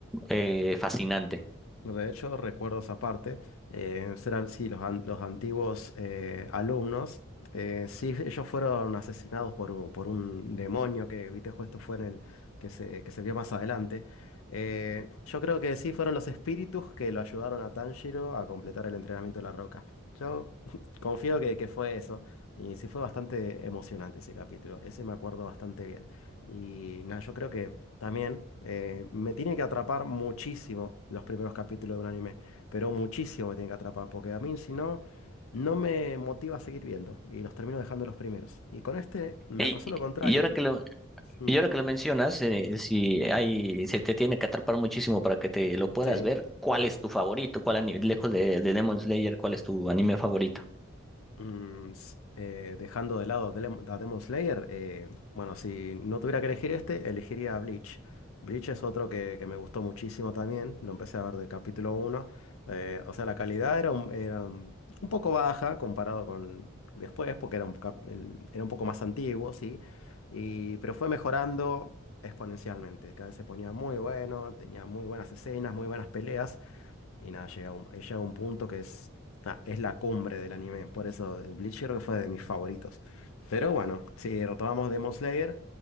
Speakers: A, in the centre; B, on the left.
A: eh, fascinante.
B: No, De hecho, recuerdo esa parte. eh, serán, sí, los, an- los antiguos eh, alumnos. eh, sí, ellos fueron asesinados por, u- por un demonio que, viste, justo fue en el que se, que se vio más adelante. Eh, yo creo que sí fueron los espíritus que lo ayudaron a Tanjiro a completar el entrenamiento de la roca. Yo <laughs> confío que, que fue eso. Y sí fue bastante emocionante ese capítulo. Ese me acuerdo bastante bien. Y nada, yo creo que. También eh, me tiene que atrapar muchísimo los primeros capítulos de un anime, pero muchísimo me tiene que atrapar, porque a mí si no, no me motiva a seguir viendo y los termino dejando los primeros. Y con este me
A: Y,
B: pasó lo contrario.
A: y ahora que lo,
B: Mm,
A: Y ahora que lo mencionas, eh, si hay, se te tiene que atrapar muchísimo para que te lo puedas
B: sí.
A: ver, ¿cuál es tu favorito? ¿Cuál anime, lejos de, de Demon Slayer, cuál es tu anime favorito?
B: Mm, s- eh, dejando de lado a Dem- a Demon Slayer, eh, bueno, si no tuviera que elegir este, elegiría Bleach. Bleach es otro que, que me gustó muchísimo también, lo empecé a ver del capítulo uno eh, o sea, la calidad era un, era un un poco baja comparado con después, porque era un, cap- el- era un poco más antiguo, sí, y, pero fue mejorando exponencialmente. Cada vez se ponía muy bueno, tenía muy buenas escenas, muy buenas peleas. Y nada, llega un, eh, llega un punto que es, ah, es la cumbre del anime. Por eso eh, Bleach creo que fue de mis favoritos. Pero bueno, si retomamos Demon Slayer,